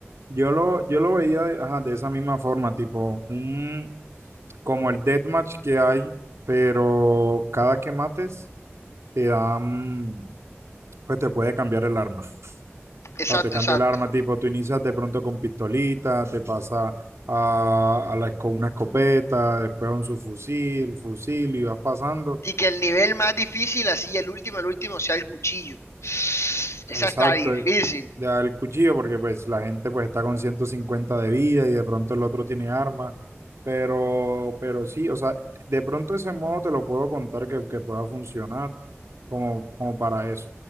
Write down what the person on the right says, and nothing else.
yo lo, yo lo veía de, ajá, de esa misma forma, tipo, un, como el deathmatch que hay, pero cada que mates te dan, pues te puede cambiar el arma. O
sea, te cambia
el arma, tipo, tú inicias de pronto con pistolita, te pasa a, a la, esco- una escopeta, después a un subfusil, fusil y vas pasando.
Exacto,
de dar el cuchillo porque pues la gente pues está con 150 de vida y de pronto el otro tiene armas, pero, pero sí, o sea, de pronto ese modo te lo puedo contar que, que pueda funcionar como, como para eso,